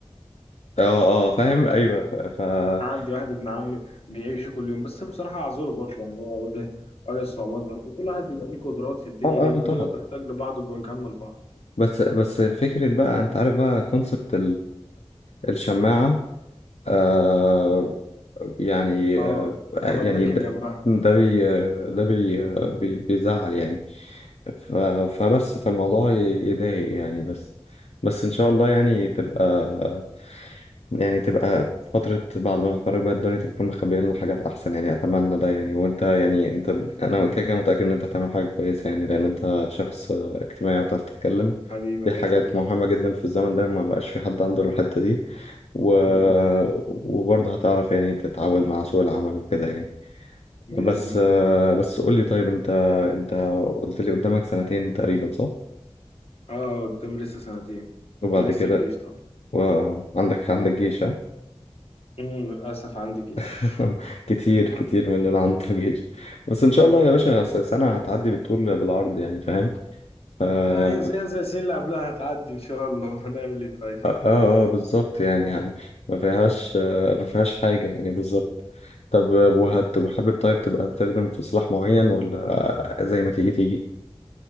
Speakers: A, on the left; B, on the left.
A: اه اه فاهم ايوه ف, ف... اه
B: عندي واحد ابن عمي بيعيشه كل يوم بس بصراحة أعذره برضه يعني هو واجه واجه الصعوبات برضه كل واحد بيبقى ليه قدرات في الدنيا
A: اه
B: دي وكلنا
A: طبعا
B: بنحتاج لبعض وبنكمل بعض
A: بس بس فكرة بقى انت عارف بقى كونسبت الشماعة آه يعني
B: اه
A: آه يعني
B: لما بنركن
A: ده
B: جنبها
A: ده بي ده بي بي بيزعل يعني ف- فبس فالموضوع ي- يضايق يعني بس بس إن شاء الله يعني تبقى يعني تبقى فترة بعد ما نتخرج بقى الدنيا تكون مخبية لنا حاجات أحسن يعني أتمنى ده يعني وأنت يعني أنت
B: بإذن
A: أنا
B: الله
A: كده كده متأكد إن أنت هتعمل حاجة كويسة يعني لأن أنت شخص آه، اجتماعي وبتعرف تتكلم
B: حبيبي
A: دي
B: الله
A: حاجات
B: يخليك
A: مهمة جدا في الزمن ده ما بقاش في حد عنده الحتة دي و...
B: مم.
A: وبرضه هتعرف يعني تتعامل مع سوق العمل وكده يعني
B: بإذن
A: بس
B: الله
A: آه، بس قول لي طيب أنت أنت قلت لي قدامك سنتين تقريبا صح؟
B: اه قدام لسه سنتين
A: وبعد
B: ولسه
A: كده
B: الجيش طبعا
A: وعندك عندك جيش ها؟
B: مم. للأسف عندي جيش
A: <laughs> كتير كتير مننا عند الجيش بس ان شاء الله يا باشا أصل سنة هتعدي بالطول بالعرض يعني فاهم ف اه
B: اه يا زي زي السنين اللي قبلها هتعدي إن شاء الله <laughs> هنعمل إيه طيب
A: اه آه، بالظبط يعني يعني ما فيهاش آه، ما فيهاش حاجة يعني بالظبط طب وهت
B: مم.
A: وحابب طيب تبقى بتخدم في سلاح معين ولا زي ما تيجي تيجي